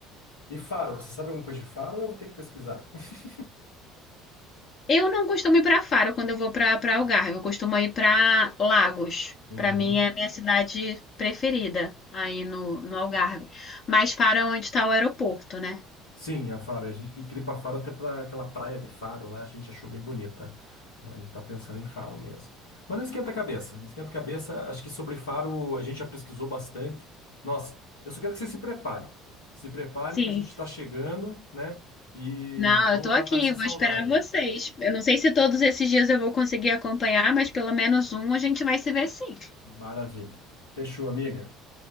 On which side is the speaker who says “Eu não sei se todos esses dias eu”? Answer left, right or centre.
Left